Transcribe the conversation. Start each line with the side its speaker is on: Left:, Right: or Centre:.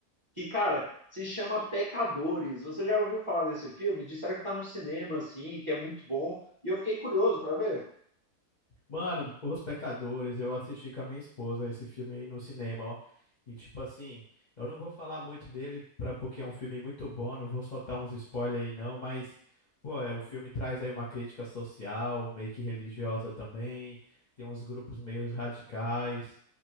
Right: Que, cara, se chama Pecadores. Você já ouviu falar desse filme? Disseram que tá no cinema, assim, que é muito bom. E eu fiquei curioso para ver.
Left: Mano, Os Pecadores, eu assisti com a minha esposa esse filme aí no cinema, ó. E tipo assim, eu não vou falar muito dele pra, porque é um filme muito bom, não vou soltar uns spoilers aí não, mas, pô, é, o filme traz aí uma crítica social, meio que religiosa também, tem uns grupos meio radicais,